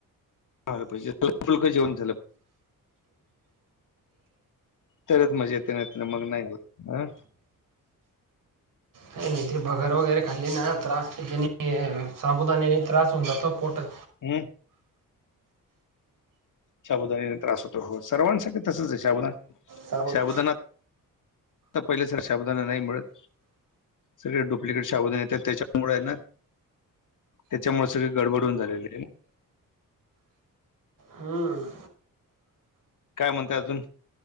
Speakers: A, on the left; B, on the right.
A: झालं पाहिजे, हलकं -फुलकं जेवण झालं तरच मजा येत ना येत मग नाही होत.. अं...
B: काय नाही ते भगर वगैरे खाल्ली ना तर त्रास मी या.. साबुदाण्याने त्रास होऊन जातो पोटात
A: हम् साबुदाणाने त्रास होतो, हो.. सर्वांसाठी तसंच आहे साबुदाणा
B: साबुद
A: साबुदाणा.. आता पहिल्यासारखा साबुदाणा नाही मिळत.. सगळे डुप्लिकेट साबुदाणे येतात, त्याच्यामुळे है ना त्याच्यामुळे सगळे गडबड झालेली आहे.
B: हम्म
A: काय म्हणताय अजून?